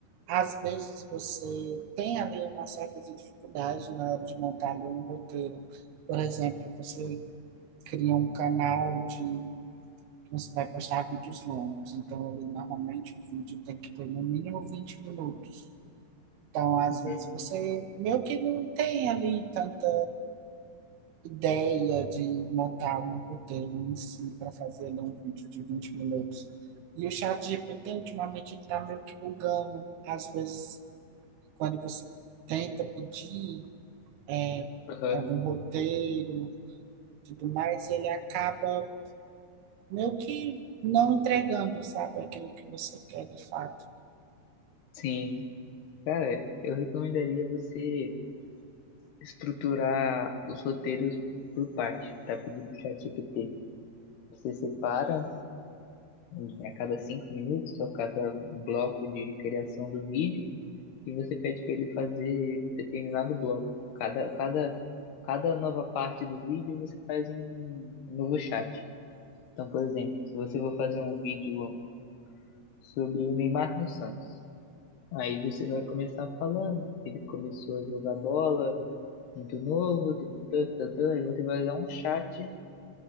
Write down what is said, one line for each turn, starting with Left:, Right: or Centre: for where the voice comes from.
Right: às vezes você tem ali uma certa dificuldade na hora de montar ali um roteiro. Por exemplo, você cria um canal de que você vai postar vídeos longos, então ali normalmente o vídeo tem que ter no mínimo 20 minutos. Então, às
Left: Uhum.
Right: vezes você meio que não tem ali tanto ideia de montar um roteiro em si para fazer ali um vídeo de 20 minutos. E o chat GPT, ultimamente, ele está meio que bugando. Às vezes, quando você tenta pedir é,
Left: Aham.
Right: algum roteiro e tudo mais, ele acaba meio que não entregando, sabe, aquilo que você quer de fato.
Left: Sim. Cara, eu recomendaria você estruturar os roteiros por parte, para pedir para o ChatGPT. Você separa em- a cada cinco minutos ou cada bloco de criação do vídeo e você pede para ele fazer determinado bloco. Cada, cada, cada nova parte do vídeo você faz um novo chat. Então, por exemplo, se você for fazer um vídeo sobre o Neymar no Santos, aí você vai começar falando que ele começou a jogar bola muito novo, tututã, tututã, aí você vai usar um chat